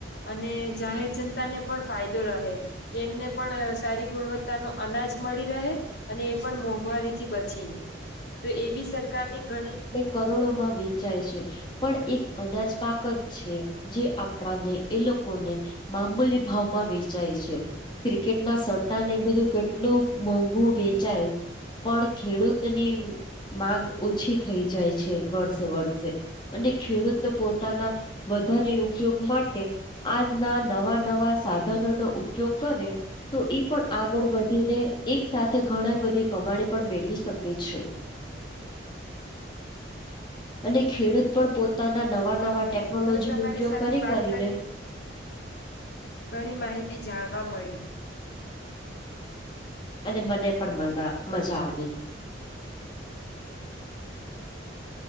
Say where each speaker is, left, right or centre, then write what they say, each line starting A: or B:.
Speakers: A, on the left (about 55°); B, on the left (about 25°).
A: અને જાહેર જનતા ને પણ ફાયદો રહે કે એમને પણ સારી ગુણવત્તા નો અનાજ મળી રહે અને એ પણ મોંઘવારીથી બચીને તો એવી સરકારની ઘણી
B: કરોડો માં વેચાય છે. પણ એક અનાજ પાક જ છે જે આપણાને એ લોકોને મામૂલી ભાવમાં વેચાય છે ક્રિકેટના સટા ને એ બધું કેટલું મોંઘું વેચાય પણ ખેડૂતની માંગ ઓછી થઈ જાય છે વર્ષે વર્ષે અને ખેડૂતો પોતાના વધારે ઉપયોગ માટે આજના નવા નવા સાધનો નો ઉપયોગ કરે તો ઈ પણ આગળ વધીને એક સાથે ઘણી બધી કમાણી પણ મેળવી શકે છે. અને ખેડૂત પણ પોતાના નવા
A: હા
B: નવા ટેકનોલોજી
A: મને તમારી
B: નો ઉપયોગ
A: સાથે
B: કરી
A: વાત
B: કરીને
A: ઘણી માહિતી જાણવા મળી.
B: અને મને પણ મ મજા આવી